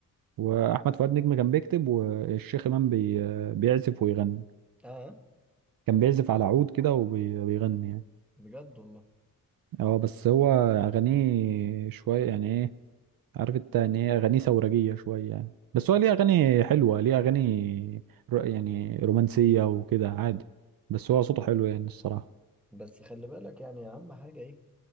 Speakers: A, on the right; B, in the centre.
A: واحمد فؤاد نجم كان بيكتب والشيخ امام بي آه، بيعزف ويغني
B: اه
A: كان بيعزف على عود كده وبيغني يعني
B: بجد والله
A: اه بس هو اغانيه شوية يعني ايه عارف انت يعني ايه اغانيه ثورجيه شويه يعني. بس هو ليه اغاني حلوه ليه اغاني ر- يعني رومانسيه وكده عادي بس هو صوته حلو يعني الصراحه
B: بس خلي بالك يعني اهم حاجة ايه